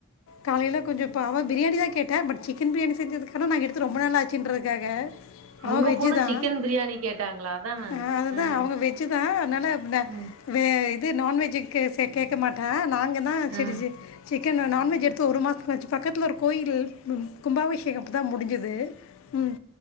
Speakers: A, on the left; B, on the right.
A: காலைல கொஞ்ச அவ பிரியாணி தா கேட்டா பட் சிக்கன் பிரியாணி செஞ்சதுக்க நா எடுத்து ரொம்ப நாள் ஆச்சுன்றக்கு க்காக அவ
B: உங்க
A: வெஜ்ஜு
B: பொண்ணு
A: தா
B: சிக்கன் பிரியாணி கேட்டாங்களா அதா ம்
A: ஆ அதா
B: ம்
A: அவங்க வெஜ்ஜுதா அதனால இது நா
B: ம்
A: வே நான் வெஜ்ஜு கேக்க மாட்டே நாங்க ஆ
B: ம்
A: சேரி சேரி சிக்கன் நான்வெஜ் எடுத்து ஒரு மாசம் ஆச்சு பக்கத்துல ஒரு கோயில் கும்பாபிஷேகம் இப்பதா முடிஞ்சது ம்